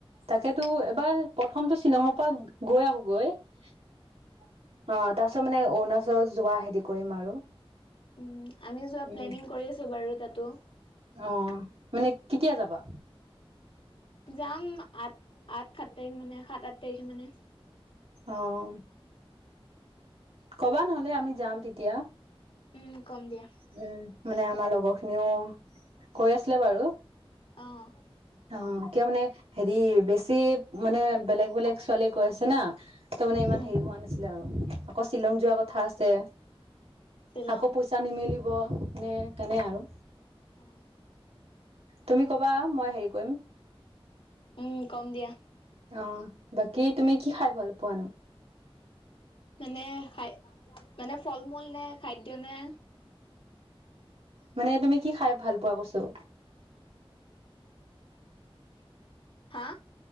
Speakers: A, on the right; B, on the left.
A: তাকেতো এবাৰ প্ৰথমটো শ্বিলঙৰ পৰা গৈ আহোগৈ। অ' তাৰ পিছত মানে অৰুণাচল যোৱা হেৰি কৰিম আৰু।
B: উম, আমি যোৱা
A: উম
B: প্লেনিং কৰি আছোঁ বাৰু তাতো।
A: অ'। মানে কেতিয়া যাবা?
B: যাম, আঠ- আঠ - সাত তাৰিখ মানে, সাত - আঠ তাৰিখ মানে।
A: অ'। কবা নহ'লে। আমি যাম তেতিয়া।
B: উম, কম দিয়া।
A: উম মানে আমাৰ লগৰখিনিও কৈ আছিলে বাৰু।
B: অ'।
A: অ' কিয় মানে হেৰি বেছি মানে বেলেগ - বেলেগ ছোৱালী কৈ আছে না, তো মানে ইমান
B: উম
A: হেৰি হোৱা নাছিলে আৰু। আকৌ শ্বিলং যোৱা কথা আছে।
B: শ্বিলং
A: আকৌ পইচা নিমিলিব নে, তেনে আৰু।
B: অ
A: তুমি কবা, মই হেৰি কৰিম।
B: উম কম দিয়া
A: অ'। বাকী তুমি কি খাই ভাল পোৱা নো?
B: এনে খাই, মানে ফল- মূল নে, খাদ্য নে?
A: মানে তুমি কি খাই ভাল পোৱা কৈছো?
B: হা!